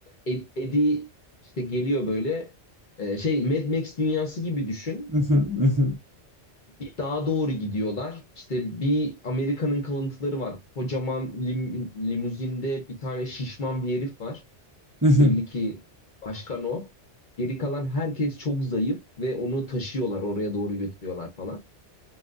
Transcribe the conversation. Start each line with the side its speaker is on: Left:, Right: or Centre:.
Left: Ed- Eddie işte geliyor böyle. E, şey Mad Max dünyası gibi düşün.
Right: Hı hı, hı hı,
Left: Bir dağa doğru gidiyorlar. İşte bir Amerika'nın kalıntıları var. Kocaman lim- limuzinde bir tane şişman bir herif var.
Right: hı hı.
Left: Belli ki başkan o. Geri kalan herkes çok zayıf ve onu taşıyorlar, oraya doğru götürüyorlar falan.